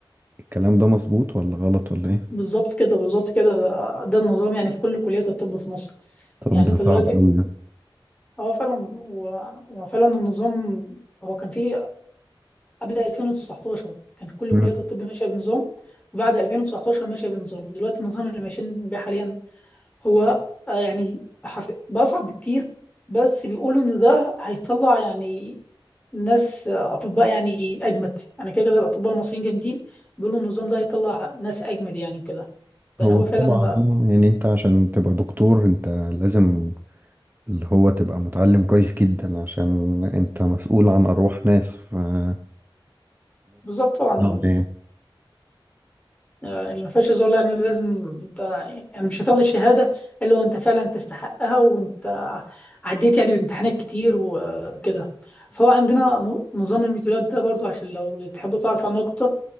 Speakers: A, on the right (about 20°); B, on the left (about 15°).
A: الكلام ده مظبوط ولا غلط ولا ايه؟
B: بالظبط كده بالظبط كده ده, ده النظام يعني في كل كليات الطب في مصر
A: طب
B: يعني
A: ده
B: انت
A: صعب
B: دلوقتي
A: أوي ده
B: اه فعلا هو هو فعلا النظام هو كان فيه قبل 2019 كانت كل
A: مم.
B: كليات الطب ماشية بنظام وبعد 2019 ماشية بنظام دلوقتي النظام اللي ماشيين بيه حاليا هو آه، يعني حرف بصعب بكتير بس بيقولوا ان ده هيطلع يعني ناس آه، اطباء يعني اجمد يعني كده كده الاطباء المصريين جامدين بيقولوا النظام ده هيطلع ناس اجمد يعني وكده لان
A: هو
B: هو
A: طبعا
B: فعلا بقى
A: آه، يعني انت عشان تبقى دكتور انت لازم اللي هو تبقى متعلم كويس جدا عشان انت مسؤول عن ارواح ناس فلازم
B: بالظبط طبعا
A: اه اه.
B: آه، اللي ما فيهاش هزار لا يعني لازم انت يعني مش هتاخد الشهاده الا وانت فعلا تستحقها وانت عديت يعني بامتحانات كتير وكده فهو عندنا ن- نظام الموديولات ده برضو عشان لو تحب تعرف عنه اكتر